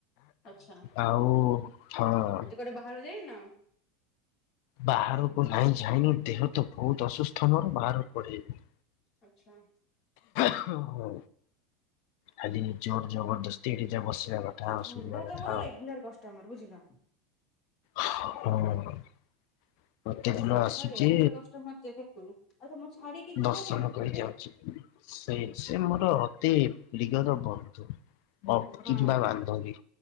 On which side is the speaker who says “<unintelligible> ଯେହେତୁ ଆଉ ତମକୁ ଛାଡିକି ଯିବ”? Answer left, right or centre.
Left